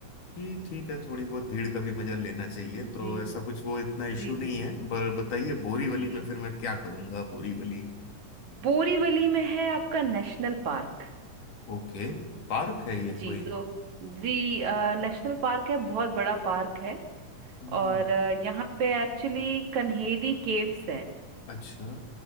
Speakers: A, on the left (about 70°); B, on the right (about 60°).
A: जी ठीक है थोड़ी बहुत भीड़ का भी मजा लेना चाहिए तो
B: जी
A: ऐसा कुछ वो इतना इश्यू
B: जी
A: नहीं
B: जी
A: है पर बताइए बोरीवली
B: जी
A: में फिर मैं क्या करूंगा बोरीवली
B: बोरीवली में है आपका नेशनल पार्क
A: ओके पार्क है ये
B: जी
A: कोई
B: तो जी अ, नेशनल पार्क है बहुत बड़ा पार्क है
A: हम्म
B: और अ, यहाँ पे एक्चुअली कन्हेरी केव्स हैं
A: अच्छा